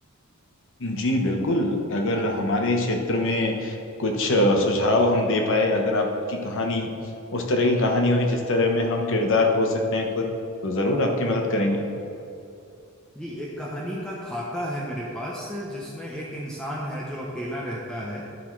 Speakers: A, on the left; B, in the centre.
A: जी बिल्कुल अगर हमारे क्षेत्र में कुछ अ, सुझाव हम दे पाए अगर आपकी कहानी उस तरह की कहानी हुई जिस तरह में हम किरदार हो सकते हैं खुद तो जरूर आपकी मदद करेंगे
B: जी एक कहानी का खाका है मेरे पास जिसमें एक इंसान है जो अकेला रहता है